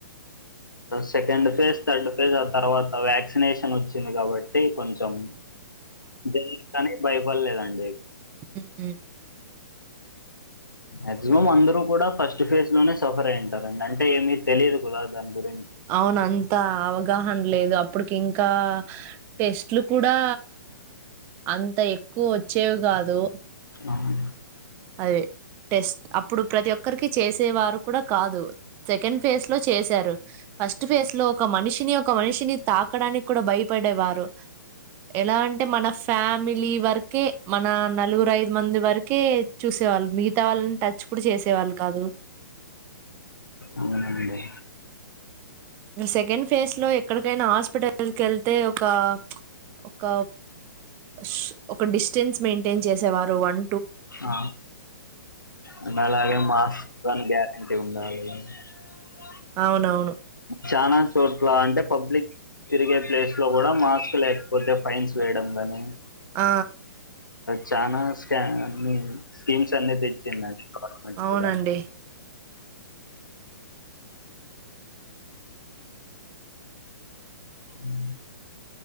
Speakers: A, on the left; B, on the right.
A: సెకండ్ ఫేజ్ థర్డ్ ఫేజ్ ఆ తర్వాత వ్యాక్సినేషన్ వచ్చింది కాబట్టి కొంచెం దోయితని భయం ఇవ్వలేదండి
B: ఊ
A: మాక్సిమం అందరూ కూడా ఫస్ట్ ఫేజ్ లోనే సఫర్ అయింటారండి అంటే ఏమీ తెలియదు కదా దాని గురిం
B: అవున అంత అవగాహన లేదు అప్పుడు ఇంకా టెస్ట్లు కూడా అంత ఎక్కువ ఒచ్చేవి గాదు దో
A: ఆహా
B: దే టెస్ట్ అప్పుడు ప్రతి ఒక్కరికి చేసేవారు కూడా కాదు సెకండ్ ఫేజ్ లో చేసారు ఫస్ట్ ఫేజ్ లో ఒక మనిషిని ఒక మనిషిని తాకడానికి కూడా భయపడేవారు ఎలా అంటే మన ఫ్యా మిలీ వరకే మన నలుగురు ఐదు మంది వరకు కే చూసేవాళ్ళు మిగితా వాళ్ళని ట చ్ కూడా చేసే వాళ్లు కాదు
A: అవునండి
B: సెకండ్ ఫేస్ లో ఎక్కడికైనా హాస్పిటల్కి వెళ్తే ఒక ఒక ష్ ఒక డిస్టెన్స్ మెయింటై టెన్ చేసేవారు వన్
A: ఆ అండ్ అలాగే మాస్క్ అని గ్యారంటీ ఉండాలి <unintelligible>
B: అవునవును
A: చానా చోట్ల అంటే పబ్లిక్ తిరిగే ప్లేస్ లో గూడా మాస్క్ లేకపోతే ఫైన్స్ వేయడం కానీ
B: ఆ
A: చానా స్కానింగ్ స్కీమ్స్ అన్ని తెచ్చి మ గవర్నమెంట్
B: అవునండి.
A: కూడా మ్